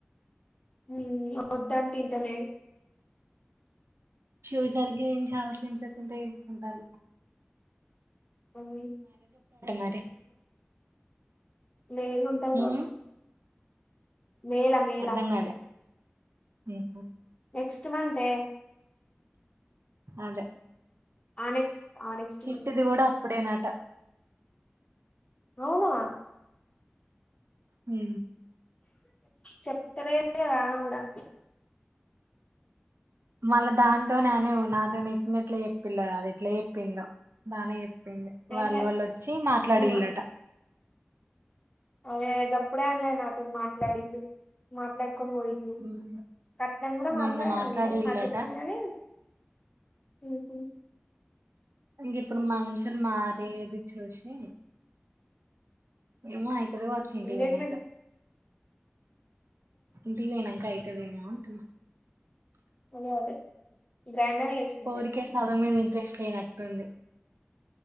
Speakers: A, on the left; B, on the right.
A: ఉ వద్దంటే ఇంటలేడు
B: ఫ్యూచర్ కి నేను చానా దించకుంటే ఎడుసుకుంటాల్ల
A: అవును
B: మరి
A: నేను ఉంటాం కావచ్చు
B: ఉమ్
A: మేల మేల
B: అర్ధం కాలే ఉహు
A: నెక్స్ట్ మంతే ఎ
B: అదే
A: నెక్స్ట్ ఆ నెక్స్ట్
B: చిట్టిది
A: మంత్
B: కూడా అప్పుడే ఆట
A: అవునా
B: హు
A: చెప్తానే లేదు కదా ఆమె కూడా
B: మళ్ళా దానింతోనే అనే నాతో న ఎట్లా చెప్పిలేదు అది ఎట్లా చెప్పిందో దానే వాళ్ళోళ్లు
A: ఎహే
B: వచ్చి మాట్లాడళ్ళట
A: ఇంగ అదే గప్పుడే అన్నా నాతో మాట్లాడిలు మాట్లాడి యిలు
B: ఉమ్.
A: కట్నం కూడా
B: మొన్న
A: మాత్రమే
B: మాట్లాడిల్లట
A: అంత మా చెప్పింది కానీ ఉహు
B: ఇంక ఇప్పుడు మనుషులు మారేది చూసి ఏమో అయితది కావచ్చు ఇంటికి
A: ఎంగేజ్మెంట్
B: పోయినంక ఇంటికి పోయినా క అంటున్న
A: అదే అదే గ్రాండ్ గానే చేసుకుంటారు
B: పోరికే
A: అట్నా
B: సాధువు మీద ఇంట్రెస్ట్ చేనట్టుంది